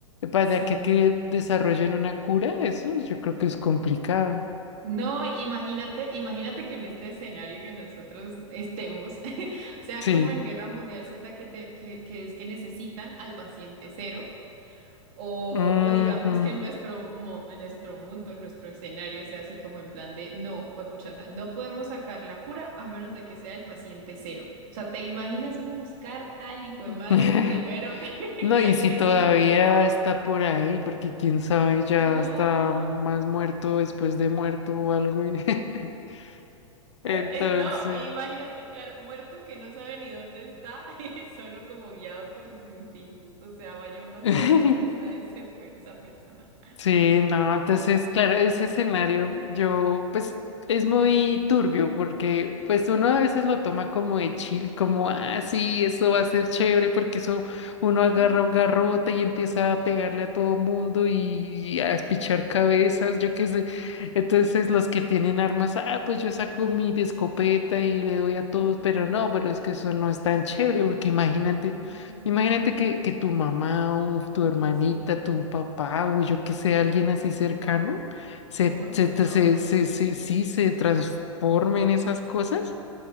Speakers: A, on the left (about 60°); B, on the right (about 35°).
A: para
B: Sí.
A: que, que desarrollen una cura, eso yo creo que es complicado.
B: No, imagínate, imagínate que en este escenario que nosotros estemos, <laughs> sea
A: Sí.
B: como en Guerra Mundial Z, que, te, que, que es que necesitan al paciente cero. O,
A: Ujú.
B: o digamos que en nuestro, mo- en nuestro mundo, en nuestro escenario, sea así como en plan de no, huepuchaza, no podemos sacar la cura a menos de que sea el paciente cero. O sea, ¿te imaginas uno buscar al hijo de
A: <laughs>
B: madre primero que,
A: No, y
B: <laughs>
A: si
B: que
A: todavía
B: se infectó?
A: está por ahí, porque quién sabe, ya
B: Claro.
A: está más muerto después de muerto o algo. y- <laughs> Entonces,
B: Eh, no, imagínate, claro, muerto que no sabe ni dónde está <laughs> y solo como guiado por sus instintos. O sea, vaya uno a
A: <laughs>
B: saber dónde está ese, pe- esa persona.
A: Sí, no, entonces, claro, ese escenario yo, pues, es muy turbio porque, pues, uno a veces lo toma como de chill, como, ah, sí, eso va a ser chévere porque eso, uno
B: <laughs>
A: agarra un garrote y empieza a pegarle a todo mundo y a espichar cabezas, yo qué sé. Entonces, los que tienen armas, ah, pues yo saco mi escopeta y le doy a todos, pero no, pero es que eso no es tan chévere porque imagínate.
B: Ujú,
A: Imagínate que, que tu mamá o tu hermanita,
B: Sí,
A: tu papá o yo que sé,
B: sí.
A: alguien así cercano, se,
B: No, los
A: se, te-
B: traumas.
A: se, se, se- sí se transforme en esas cosas